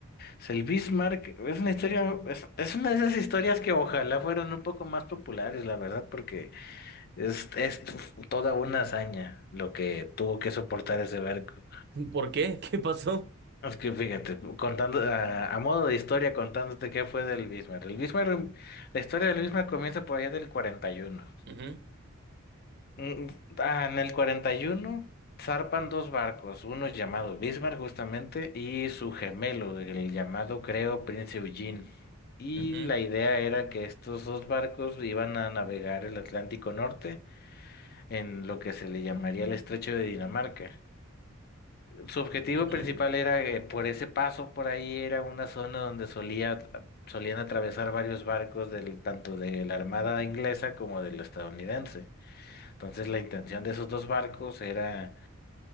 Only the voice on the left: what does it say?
Es el Bismarck es una historia, es, es una de esas historias que ojalá fueran un poco más populares, la verdad, porque es, es toda una hazaña lo que tuvo que soportar ese barco.
Es que fíjate, contando a, a modo de historia, contándote qué fue del Bismarck. El Bismarck, la historia del Bismarck comienza por allá del 41.
Mm, ah, En el 41 zarpan dos barcos, uno llamado Bismarck justamente y su gemelo, el llamado creo Prince Eugene. Y
la idea era que estos dos barcos iban a navegar el Atlántico Norte en lo que se le llamaría el Estrecho de Dinamarca. Su objetivo
principal era, eh, por ese paso por ahí, era una zona donde solía, solían atravesar varios barcos del, tanto de la Armada inglesa como del estadounidense. Entonces la intención de esos dos barcos era,